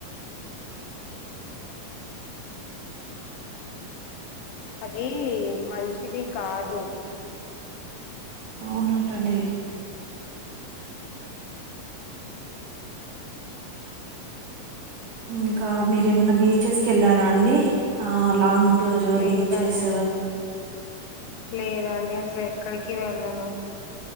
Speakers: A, on the left; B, on the right.
A: అ అదీ మంచిది కాదు
B: ఔనంటండి ఇంకా మీరేమన్నా బీచెస్ కెళ్లారా అండి ఆ లాంగ్ టూరు,
A: లేదండి
B: బీచెస్
A: లేదండి అస్లేక్కడికి వెళ్ళను